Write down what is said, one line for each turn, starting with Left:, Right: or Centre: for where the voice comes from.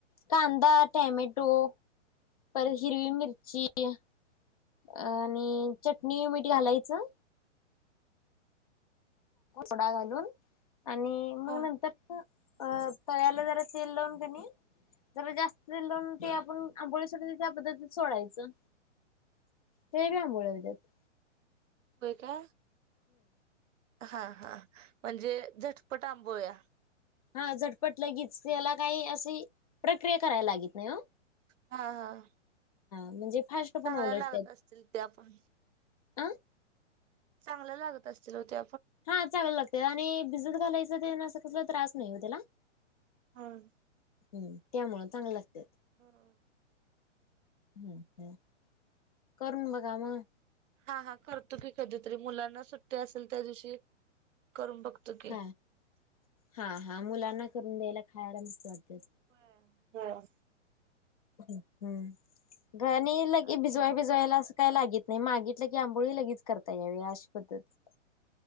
Left: कांदा टमेटो पर हिरवी मिर्ची- अ आणि चटणी मीठ घालायचं, थोडा घालून आणि मग
Right: हा
Left: नंतर- अ पळ्याला जरा तेल लावून कणी - ज जास्त लोणती ते आपण आंबोळीसाठी त्या पद्धतीत सोडायचं. ते ब आबळतात.
Right: य का हा- हा म्हणजे झटपट आ- बया,
Left: हा झटपट लगेच त्याला काही अशी प्रक्रिया करायला लागत नाही हो.
Right: हा- हा
Left: म्हणजे फास्ट पण
Right: चांगल्या
Left: उलटत्यात.
Right: लागत असतील, ते आपण
Left: अ
Right: चांगलं लागत असल हो ते
Left: हा चांगल लागते, आणि भिझत घालायचं ते अस कसला त्रास नाही हो त्याला
Right: हम..
Left: हम्म त्यामुळं चांगले लागतय
Right: हा.
Left: हम्म... हम्, करून बघा मग,
Right: हा- हा करतो की कधीतरी मुलांना सुट्टी असेल, त्या दिवशी करून बघतो की.
Left: हा- हा- हा मुलांना करून द्यायला खायला मस्त वाटतय
Right: ह.. हा..
Left: हम् गणी लगे
Right: आणि
Left: भिजवाय, भिजवायला असं काय लागत नाही मागितलं की आंबोळी लगेच करता या व अश पद्धती